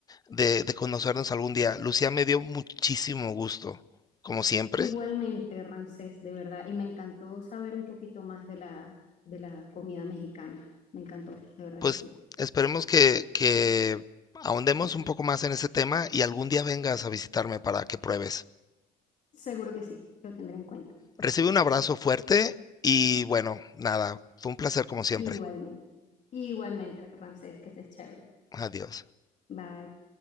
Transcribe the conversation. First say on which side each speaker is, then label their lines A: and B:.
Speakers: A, on the left; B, on the left.
A: de, de conocernos algún día. Lucía, me dio muchísimo gusto, como siempre.
B: Igualmente, Ramsés, de verdad, y me encantó saber un poquito más de la, de la comida mexicana. Me encantó, de verdad
A: Pues
B: que sí.
A: esperemos que, que ahondemos un poco más en ese tema y algún día vengas a visitarme para que pruebes.
B: Seguro que sí, lo tendré en cuenta.
A: Recibe un abrazo fuerte y bueno, nada, fue un placer como siempre.
B: Igualmente. Igualmente, Ramsés, que estés chévere.
A: Adiós.
B: Bye.